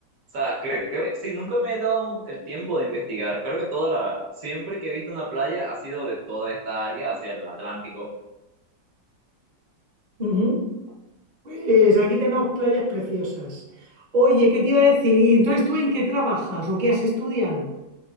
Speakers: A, on the right; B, on the right.
A: O sea, creo que sí, nunca me he dado un- el tiempo de investigar. Creo que toda la. Siempre que he visto una playa ha sido de toda esta área hacia el Atlántico.
B: ujú. Pues aquí tenemos playas preciosas. Oye, ¿qué te iba a decir? ¿Y entonces tú en qué trabajas o qué has estudiado?